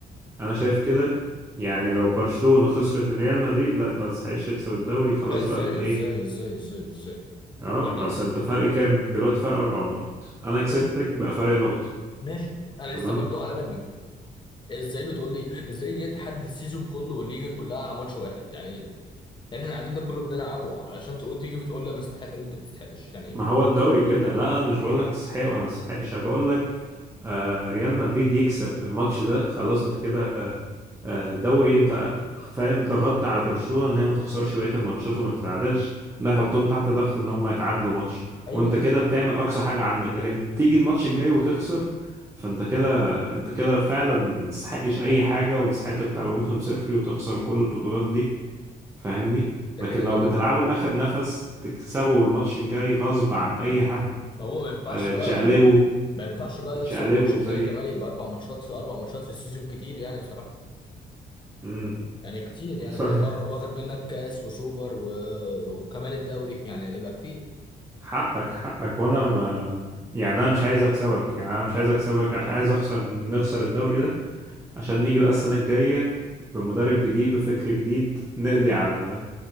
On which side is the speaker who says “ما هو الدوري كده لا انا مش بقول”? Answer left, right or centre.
Right